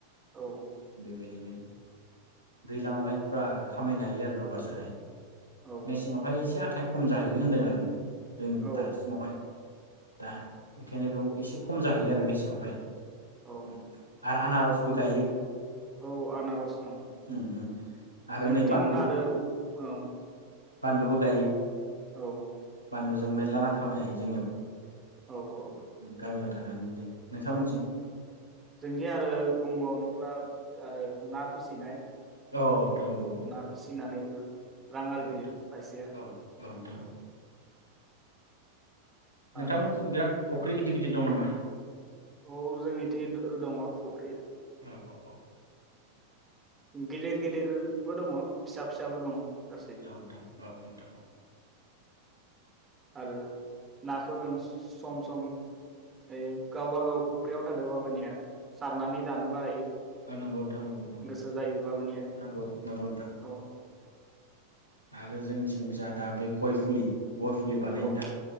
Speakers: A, on the right; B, on the left.
A: औ
B: बेबायदिनो दैज्लांआवहाय फुरा खामायनो हायो आरो रबारजोंहाय।
A: औ
B: मेसेंआवहाय एसे आ थाया खम जाहैयो होनदों आरो। जोंनि
A: औ
B: दासिमावहाय दा बेंखायनो बेयाव एसे खम जाहैयो आरो मेसेंआवहाय।
A: औ औ
B: उम। आरो आनारसबो गायो।
A: औ आनारस ओं
B: उम उम आरो
A: जोंथिं
B: नै बानलु
A: आरो औ
B: बानलुबो गायो।
A: औ।
B: बानलुजों मेरला रां खामायनो हायो जोंनियाव।
A: औ औ।
B: गामियाव थानानैनो। नोंथां
A: औ
B: मोनथिं
A: जोंदि आरो बुंबावनोब्ला आरो ना फिसिनाय
B: औ नोंथां औ औ।
A: ना फिसिनानैबो रां आरजियो
B: औ नोंथां
A: खायसेया।
B: औ औ नोंथां औ। नोंथां
A: आरो
B: मोनथिं बिराद फख्रि गिदिर गिदिर दं नामा?
A: औ जोंनिथि दो दङ फुख्रि
B: औ औ औ
A: गिदिर गिदिरबो दङ फिसा फिसाबो दङ। गासै
B: औ नोंथां औ नोंथां औ।
A: आरो <unintelligible>
B: औ
A: सम सम ओ गावबागाव फुख्रियाव थादों मामानिया। सारनानै जानोबो हायो।
B: औ नंगौ नोंथां नंगौ नंगौ
A: गोसो जायोब्ला मानिया
B: नौ नंगौ नोंथां।
A: औ
B: आरो जोंथिंज दा बै गय फुलि। गय फुलि बानायनो
A: औ
B: थां